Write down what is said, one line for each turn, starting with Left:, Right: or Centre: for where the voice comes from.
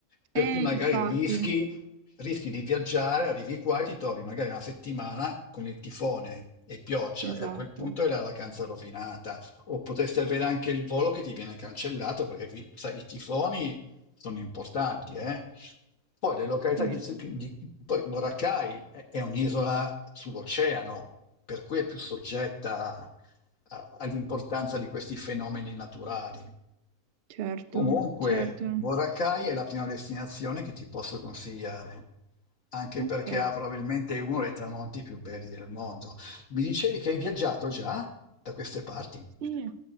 Left: Per
Right: Eh,
Left: cui magari
Right: infatti,
Left: rischi rischi di viaggiare, arrivi qua e ti trovi magari una settimana con il tifone e pioggia
Right: esatto.
Left: e a quel punto è la vacanza rovinata. O potresti avere anche il volo che ti viene cancellato perché qui, sai, i tifoni sono importanti, eh. Poi le località
Right: Sì.
Left: che si- di- poi Boracay è è un'isola sull'oceano, per cui è più soggetta a- all'importanza di questi fenomeni naturali.
Right: Certo,
Left: Comunque,
Right: certo,
Left: Boracay è la prima destinazione che ti posso consigliare, anche
Right: ok.
Left: perché ha probabilmente uno dei tramonti più belli del mondo. Mi dicevi che hai viaggiato già da queste parti?
Right: Sì,